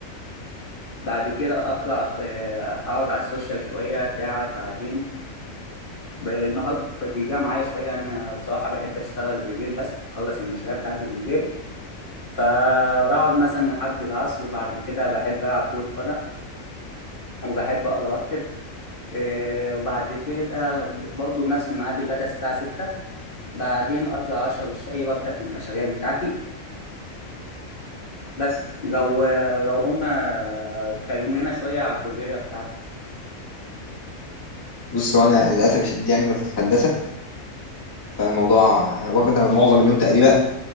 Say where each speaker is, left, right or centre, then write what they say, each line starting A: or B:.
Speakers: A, on the left; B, on the left.
A: بعد كده اطلع آه، اقعد على السوشيال شويه ساعه ساعتين ب- النهار طيب بيضيع معايا شويه انا بصراحه بحب اشتغل بالليل بس اخلص المشاريع بتاعتي بالليل فبقعد مثلا لحد العصر وبعد كده بحب العب كره قدم وبحب اقرا واكتب آه، وبعد كده برضه نفس ميعاد الغدا الساعة 6 بعدين أطلع أشرب الشاي وأبدأ في المشاريع بتاعتي بس لو لو قلنا اتكلمنا شوية على الكلية بتاعتي
B: بص هو انا للاسف الشديد يعني انا في هندسة فالموضوع واخد معظم اليوم تقريبا